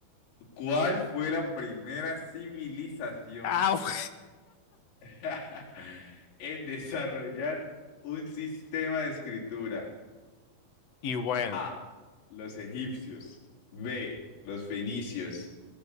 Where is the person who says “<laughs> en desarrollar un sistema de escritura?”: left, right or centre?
Left